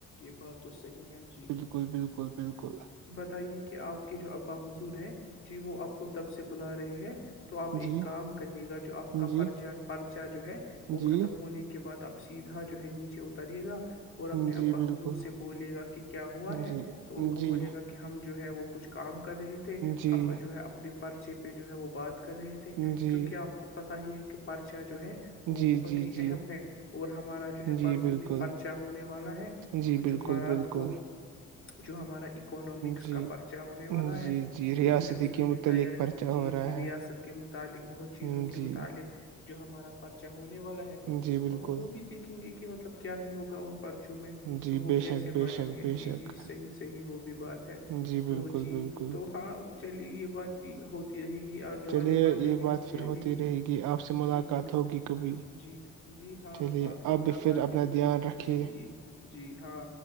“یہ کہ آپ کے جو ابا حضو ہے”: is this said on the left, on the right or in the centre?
Left